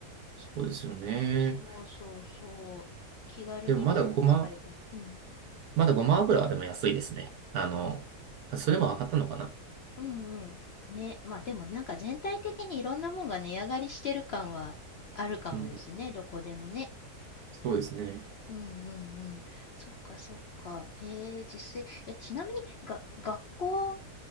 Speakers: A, on the right; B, on the left.
A: そうですよね。
B: そうそうそう。気軽に、
A: でもまだごま
B: もっと使いたい。うん。
A: まだごま油はでも安いですね。あの、それも上がったのかな
B: うんうん。ね、まあでもなんか全体的にいろんなもんが値上がりしてる感はあるかもですね、
A: うん、
B: どこでもね。
A: そうですね。
B: うんうんうん。そっかそっか。へえ、実際、え、ちなみにが、学校、